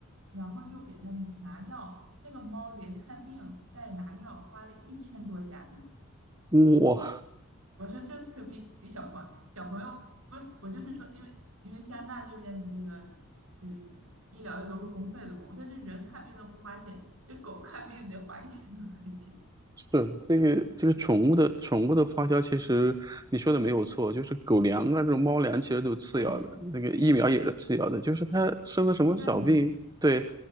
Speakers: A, on the right (about 75°); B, on the right (about 15°).
A: 然后又给他拿药，那个猫连看病带拿药花了一千多加币。
B: 嗯，我
A: 我说这可比比小朋小朋友不是，我就是说，因为因为加拿大这边你这个就是医疗又都是公费的嘛，我说这人看病都不花钱，这狗看病得花一千多块钱，
B: 是这个这个宠物的宠物的花销，其实你说的没有错，
A: <laughs>
B: 就是狗粮啊，这种猫粮其实都是次要的，
A: 对，
B: 那个疫苗也是次要的，就是它生了什么小病，
A: 一旦间有病。
B: 对，